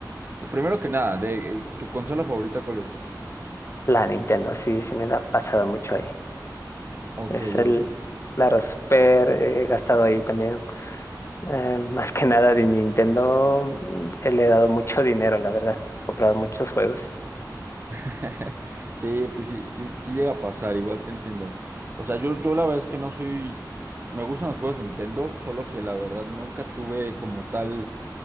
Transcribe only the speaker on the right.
Primero que nada, de eh, tu consola favorita, ¿cuál es?
Ok,
ya
lo sé.
<laughs> Sí, pues sí, sí, sí llega a pasar, igual te entiendo. O sea, yo, yo la verdad es que no soy. Me gustan los juegos de Nintendo, solo que la verdad nunca tuve como tal